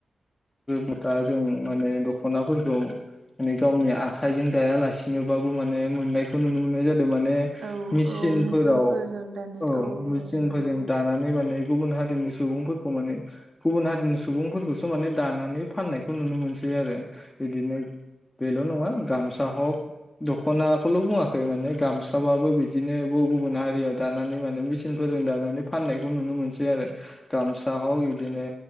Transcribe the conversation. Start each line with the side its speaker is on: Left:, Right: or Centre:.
Left: बथा जों माने दखनाफोरखौ माने गावनि आखाइजों दायालासिनो बा बो मोननायखौ नुनो मोननाय जाद माने
Right: औ
Left: मिसिनफोराव
Right: औ मेचिनफोरजों दानाय
Left: औ मिसिनफोरजों
Right: औ नंगौ
Left: दानानै माने गुबुन हारिनि सुबुंफोरखौ माने गुबुन हारिनि सुबुंफोरखौसो माने दानानै फाननायखौ नुनो मोनसै आरो बिदिनो बेल नङा गामसा हक दखनाखौल‌ बुङाखै माने गामसाबाबो बिदिनो गुबुन हारिया दानानै माने मिसिनफोरजों दानानै फाननायखौ नुनो मोनसै आरो गामसा हक बिदिनो